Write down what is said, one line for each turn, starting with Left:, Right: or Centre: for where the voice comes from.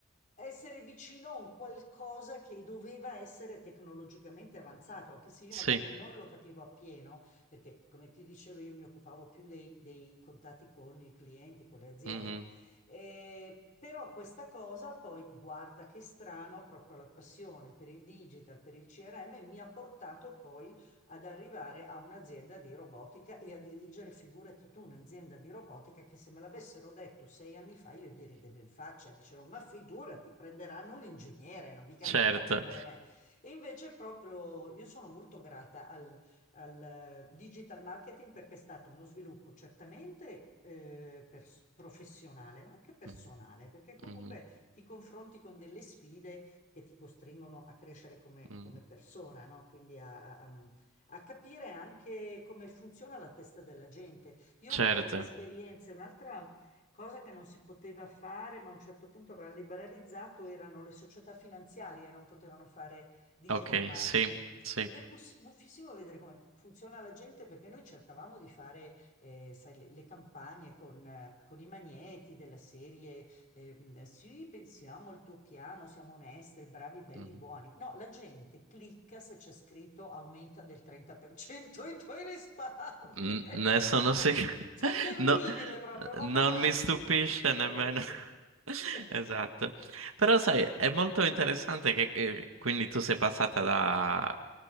Left: essere vicino a un qualcosa che doveva essere tecnologicamente avanzato, anche se io
Right: Sì,
Left: magari non lo capivo appieno, perché come ti dicevo io mi occupavo più dei, dei contatti con i clienti, con le aziende,
Right: mhm,
Left: eh, però questa cosa poi, guarda che strano, proprio la passione per il digital, per il CRM, mi ha portato poi ad arrivare a un'azienda di robotica e a dirigere, figurati tu, un'azienda di robotica che se me l'avessero detto sei anni fa io gli ridevo in faccia, dicevo, ma figurati, prenderanno un ingegnere, non mica
Right: certo.
Left: vengono a prendere me. E invece proprio io sono molto grata al al eh, digital marketing perché è stato uno sviluppo certamente eh, pers- professionale, ma anche personale,
Right: Mm,
Left: perché comunque
Right: mhm,
Left: ti confronti con delle sfide che ti costringono a crescere come,
Right: mm,
Left: come persona, no? Quindi a, a- a capire anche come funziona la testa della gente. Io
Right: certo.
Left: ho avuto delle esperienze, un'altra cosa che non si poteva fare, ma a un certo punto avevano liberalizzato, erano le società finanziarie, non potevano fare digital
Right: Ok,
Left: marketing.
Right: sì, sì.
Left: Ed è bus- buffissimo vedere come funziona la gente perché noi cercavamo di fare, eh, sai, le, le campagne con, eh, con i magneti della serie, ehm, sì, pensiamo al tuo piano, siamo onesti, bravi, belli,
Right: mhm.
Left: buoni. No, la gente clicca se c'è scritto aumenta del 30% i tuoi risparmi.
Right: N-
Left: <laughs>
Right: ne sono sicuro.
Left: Cioè,
Right: <laughs>
Left: terribile
Right: No,
Left: proprio, vanno
Right: non
Left: a marchi.
Right: mi stupisce
Left: Orrendo.
Right: nemmeno. <laughs>
Left: <laughs>
Right: Esatto. Però sai, è molto interessante che eh, quindi tu sei passata da